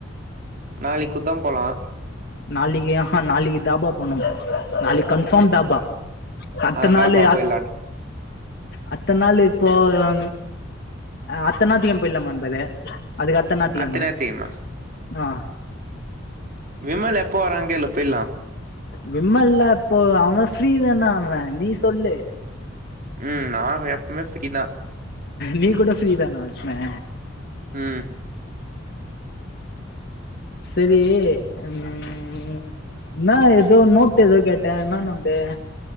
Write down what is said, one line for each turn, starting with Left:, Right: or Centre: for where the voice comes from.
Right: நாளைக் கூட்தா போலா
Left: நாளைக்கி ஆஹா நாளைக்கி தாபா போணும் நாளைக் கன்ஃபாம் தாபா அட்த்த
Right: ஆ
Left: நாளு
Right: தாபாக்கு
Left: அ
Right: போயிலாட்ட
Left: அடுத்த நாளு இப்போ அ அட்த்த ஞாயித்திகெழம போய்ட்லாமானு பாரு அதுக்கடுத்த ஞாயித்திக்கெழம
Right: அத்த நேரத்துக்குமா
Left: ஆ
Right: விமல் எப்போ வரான் கேளு போயிட்லா
Left: விமல்லா எப்போ அவ ஃப்ரீதான்டா அவ நீ சொல்லு
Right: ம் நா எப்பவுமே ஃப்ரீதா
Left: நீ கூட ஃப்ரீதானா எப்பமே
Right: ம்
Left: செரீ ம் என்னா ஏதோ நோட்டு எதோ கேட்ட என்னா நோட்டு